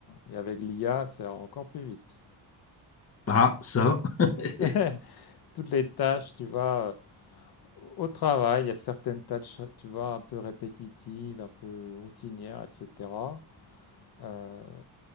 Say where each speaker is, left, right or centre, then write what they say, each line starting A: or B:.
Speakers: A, on the left; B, on the left.
A: Et avec l'IA, c'est encore plus vite.
B: Ah, ça. <laughs>
A: <laughs> Toutes les tâches, tu vois, euh, au travail, il y a certaines tâches, tu vois, un peu répétitives, un peu routinières, etc. Euh,